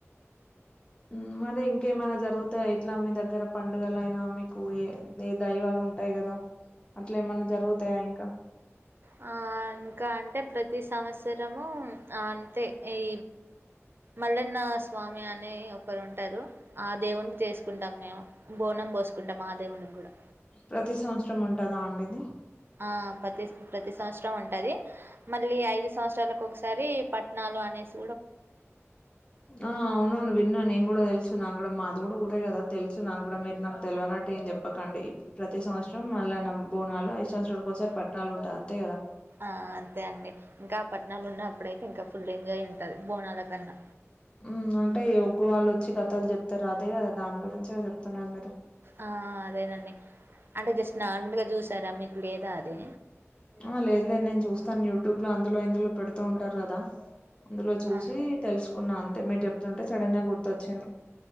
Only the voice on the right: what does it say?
ఆ ఇంకా అంటే ప్రతి సంవత్స రము ఆ అంతే ఈ మల్లన్నా స్వామి అనే ఒకరు ఉంటారు ఆ దేవునికి చేస్కుంటాం మేము బోనం పోస్కుంటాం ఆ దేవునికి గుడా
ఆ ప్రతి ప్రతి సంవత్సరం ఉంటది. మళ్ళీ ఐదు సంవత్సరాలకు ఒక్సారి పట్నాలు అనేస్
ఆ అంతే అండి ఇంక పట్నం ఉన్నప్పుడైతే ఇంకా ఫుల్ ఎంజాయ్ ఉంటది. బోనాల కన్నా
ఆ అదేనండి. అంటే జస్ట్ నార్మల్గా చూసారా మీకు లేదా అది
ఆ